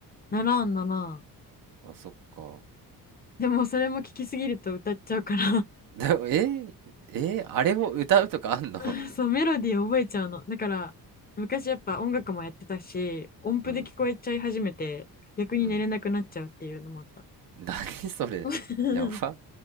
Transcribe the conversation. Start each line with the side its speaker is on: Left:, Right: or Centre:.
Left: ならんならん
Right: あ、そっか。
Left: でもそれも聞きすぎると歌っちゃうから
Right: でも、え、え、あれを歌うとかあんの
Left: <laughs> そうメロディー覚えちゃうのだから昔やっぱ音楽もやってたし音符で聞こえちゃい始めて逆に寝れなくなっちゃうっていうのもあった
Right: うん、うん。何それ。
Left: <laughs>
Right: やば。